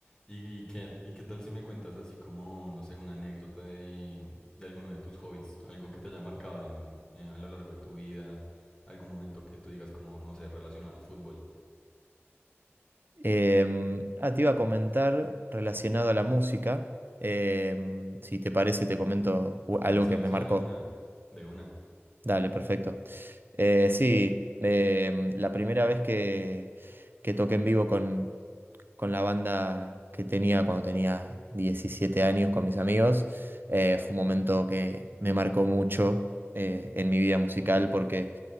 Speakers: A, on the left; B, on the right.
A: ¿Y, y qué, y qué tal si me cuentas así como, no sé, una anécdota de, de alguno de tus hobbies? Algo que te haya marcado en, eh, a lo largo de tu vida, algún momento que tú digas como, no sé, relacionado al fútbol.
B: Em, ah, te iba a comentar relacionado a la música. Em, si te parece, te comento u-
A: Eso,
B: algo que
A: eso
B: me marcó.
A: de una, de una.
B: Dale, perfecto. Eh, sí, em, la primera vez que, que toqué en vivo con, con la banda que tenía cuando tenía 17 años con mis amigos, eh, fue un momento que me marcó mucho eh, en mi vida musical porque